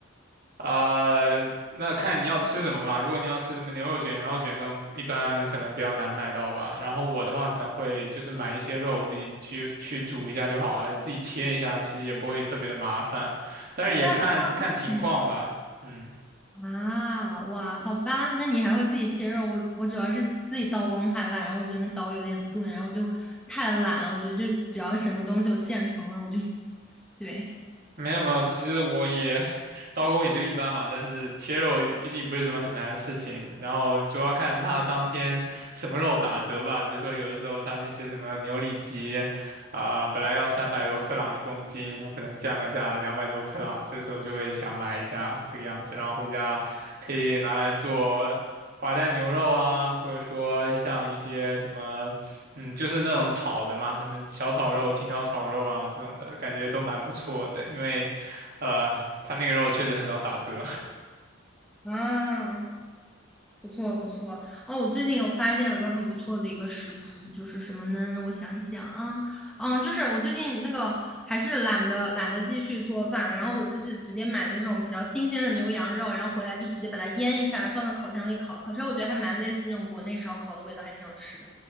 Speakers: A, on the right (about 50°); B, in the centre.
A: 呃，那看你要吃什么吧。如果你要吃什么牛肉卷、羊肉卷这种，一般可能比较难买到吧。然后我的话可能会就是买一些肉，自己去去煮一下就好了，自己切一下，其实也不会特别的麻烦。但是也看看情况吧，
B: 那嗯
A: 嗯。
B: 啊，哇，好吧，那你还会自己切肉？我我主要是自己刀工太烂，然后我觉得那刀有点钝，然后我就太懒了。我觉得就只要什么东西有现成的，我就 <laughs> 对
A: 没有没有，其实我也 <laughs> 刀工也就一般嘛，但是切肉毕竟不是什么很难的事情，然后主要看他当天什么肉打折吧，比如说有的时候他那些什么牛里脊啊、本来要三百多克朗一公斤，然后可能降个价两百多克朗，这时候就会想买一下这个样子，然后回家可以拿来做滑蛋牛肉啊，或者说像一些什么。嗯，就是那种炒的嘛，什么小炒肉、青椒炒肉啊这种的，感觉都蛮不错的。因为，呃，它那个肉确实很少打折
B: 啊。不错不错哦，我最近有发现有个很不错的一个食谱，就是什么呢？我想一想啊，嗯，就是我最近那个还是懒得懒得继续做饭，然后我就是直接买那种比较新鲜的牛羊肉，然后回来就直接把它腌一下，放到烤箱里烤，烤出来我觉得还蛮类似那种国内烧烤的味道，还挺好吃的。